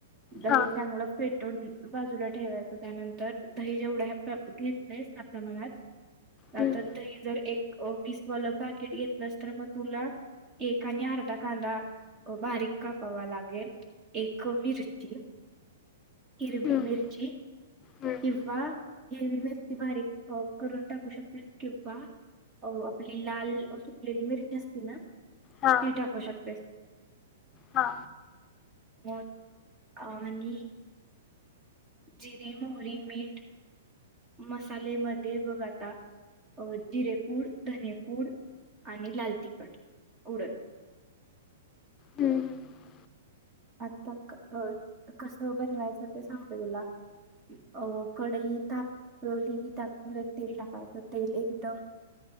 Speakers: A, on the right (about 25°); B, on the left (about 25°).
A: दही
B: हा.
A: चांगलं फेटून बाजूला ठेवायच त्यानंतर दही जेवढ्या घेतले त्या प्रमाणात
B: हम्म.
A: तर दही जर एक वीसवालं पाकिट घेतलंस तर मग तुला एक आणि अर्धा कांदा बारीक कापावा लागेल एक मिरची हिरवी
B: हम्म.
A: मिरची
B: हम्म.
A: किंवा हिरवी मिरची बारीक करून टाकू शकते किंवा अ आपली लाल सुकलेली मिरची असते ना ती
B: हा.
A: टाकू शक तेस.
B: हा.
A: म आणि जिरीे, मोहरी, मीठ मसालेमध्ये बघ आता जिरेपूड धनेपूड आणि लाल तिखट उडत
B: हम्म हम्म.
A: आता कसं बनवायचं ते सांगतेय तुला अं कडई तापवली की ताप म तेल टाकायचं तेल एकदम